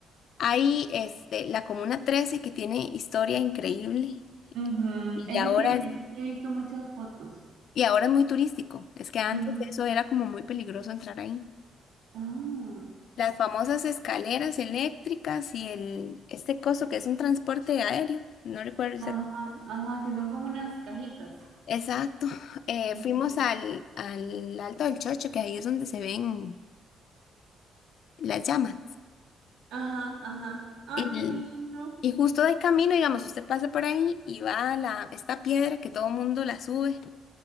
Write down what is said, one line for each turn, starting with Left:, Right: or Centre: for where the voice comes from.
Left: Hay este, la Comuna 13 que tiene historia increíble
Right: Ujú,
Left: y
Right: Ese
Left: ya ahora
Right: sí, de
Left: es,
Right: ese sí he visto muchas fotos.
Left: y ahora es muy turístico. Es que antes
Right: Ujú.
Left: eso era como muy peligroso entrar ahí.
Right: Ah.
Left: Las famosas escaleras eléctricas y el, este coso que es un transporte aéreo, no recuerdo
Right: Ajá, ajá, que son como unas cajitas.
Left: Exacto. Eh,
Right: Ujú.
Left: fuimos al, al Alto del Chocho, que ahí es donde se ven las llamas.
Right: Ajá, ajá. Ay,
Left: Y,
Right: qué lindo.
Left: y justo de camino, digamos, usted pasa por ahí y va a la, esta piedra que todo mundo la sube,